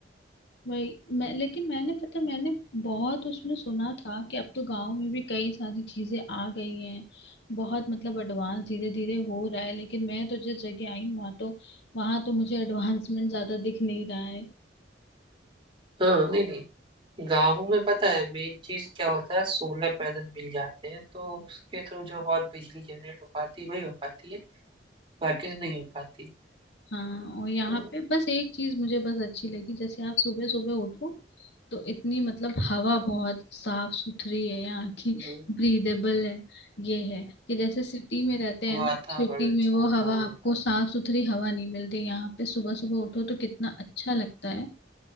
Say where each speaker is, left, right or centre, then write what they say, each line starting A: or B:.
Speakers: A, on the left (about 70°); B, on the right (about 30°).
A: भाई मैं लेकिन मैंने पता मैंने बहुत उसमें सुना था कि अब तो गांव में भी कई सारी चीजें आ गई हैं बहुत मतलब एडवांस धीरे धीरे हो रहा है लेकिन मैं तो जिस जगह आई हूँ वहाँ तो वहाँ तो मुझे एडवांसमेंट ज्यादा दिख नहीं रहा है
B: हाँ नहीं नहीं गांवों में पता है मेन चीज क्या होता है सोलर पैनल मिल जाते हैं तो उसके थ्रू जो बहुत बिजली जनरेट हो पाती है वही हो पाती है बाकी से नहीं हो पाती
A: हाँ और यहाँ
B: तो
A: पे बस एक चीज मुझे बस अच्छी लगी जैसे आप सुबह सुबह उठो तो इतनी मतलब हवा बहुत साफ सुथरी है यहाँ की
B: हाँ,
A: ब्रीदेबल है ये है कि जैसे सिटी में रहते हैं
B: वातावरण
A: ना सिटी
B: अच्छा
A: में वो
B: होता
A: हवा
B: है वहाँ
A: आपको
B: का
A: साफ सुथरी हवा नहीं मिलती यहाँ पे सुबह सुबह उठो तो कितना अच्छा लगता है